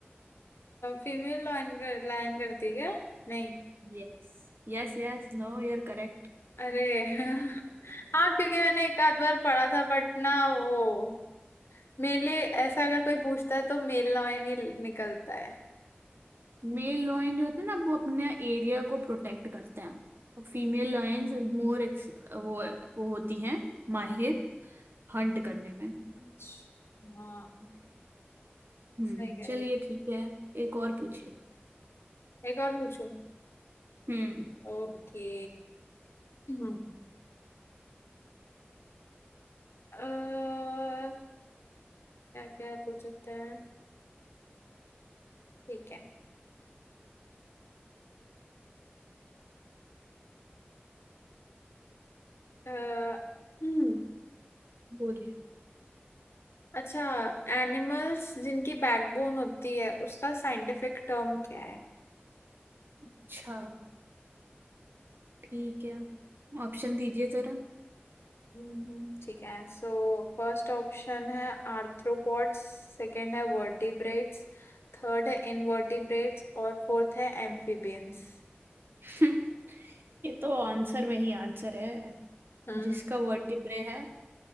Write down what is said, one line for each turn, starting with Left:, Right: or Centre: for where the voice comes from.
Left: फीमेल लाइन कर, लाइन करती है क्या नहीं
Right: यस यस यस नो यार करेक्ट
Left: अरे <laughs> हाँ क्योंकि मैंने एक आध बार पढ़ा था बट ना वो मेरे लिए ऐसा अगर कोई पूछता है तो मेल लाइन ही निकलता है
Right: मेल लॉयन जो होते हैं ना वो अपने एरिया को प्रोटेक्ट करते हैं और फीमेल लॉयंस मोर वो वो होती हैं माहिर हंट करने में
Left: अच्छा हाँ
Right: हम्म
Left: सही कह
Right: चलिए
Left: रही
Right: ठीक है एक और पूछिए
Left: एक और पूछूं
Right: हम्म
Left: ओके हम्म क्या क्या पूछ सकते हैं ठीक है अ, हम्म
Right: बोलिए
Left: अच्छा एनिमल्स जिनकी बैकबोन होती है उसका साइंटिफिक टर्म क्या है
Right: अच्छा ठीक है ऑप्शन दीजिए जरा
Left: हम्म ठीक है सो फर्स्ट ऑप्शन है आर्थ्रोपॉड्स सेकंड है वर्टिब्रेट्स थर्ड है इनवर्टिब्रेट्स और फोर्थ है एम्फीबियंस
Right: <laughs> ये तो आंसर में ही आंसर है
Left: हम्म
Right: जिसका वर्टिब्रे है